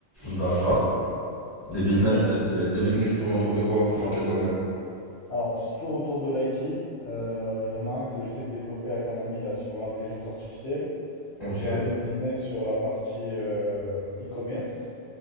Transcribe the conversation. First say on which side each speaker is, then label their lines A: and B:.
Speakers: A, on the left; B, on the left.
A: D'accord. Des business,
B: Donc voilà.
A: euh, des business qui tournent autour de quoi? Dans quel domaine?
B: Alors, c'est toujours autour de l'IT. Euh, Il y en a un que j'essaie de développer avec un ami là sur l'intelligence artificielle.
A: Ok,
B: J'ai un autre business sur la partie euh, e-commerce.